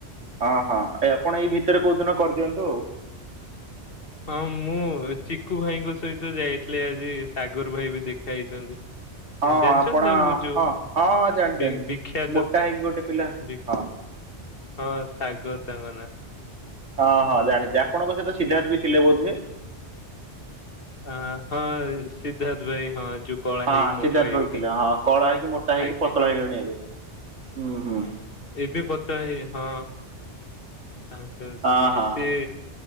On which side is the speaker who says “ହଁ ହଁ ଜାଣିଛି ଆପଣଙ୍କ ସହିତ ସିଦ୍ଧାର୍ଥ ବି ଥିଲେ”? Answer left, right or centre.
Right